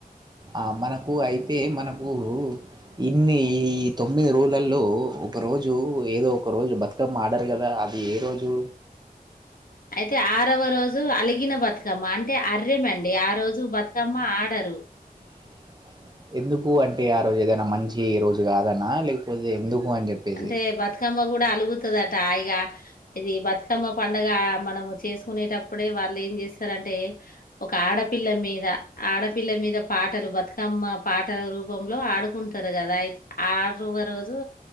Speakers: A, on the right; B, on the left.
A: ఆ మనకు అయితే మనం ఉ ఇన్ని ఈ తొమ్మిది రోజులల్లో ఒక రోజు ఏదో ఒక రోజు బతక తకమ్మ ఆడరు కదా అది ఏ రోజు
B: అయితే ఆరవ రోజు అలిగిన బతుకమ్మ అంటే అర్రేమండి ఆ రోజు బతుకమ్మ ఆడరు.
A: అ ఎందుకు అంటే ఆ రోజు ఏదైనా మంచి రోజు కాదన లేకపోతే ఎందుకు? అని చెప్పేసి
B: అంటే బతుకమ్మ కూడ అలుగు లుగుతదట ఇగ ఇది బతుకమ్మ పండగ మనము చేసుకునేటప్పుడే వాళ్ళు ఏం చేస్తారు. అంటే ఒక ఆడపిల్ల మీద ఆడపిల్ల మీద పాటలు బతుకమ్మ పాటల రూ రూపంలో ఆడుకుంటారు కదా అయి ఆరవ రోజు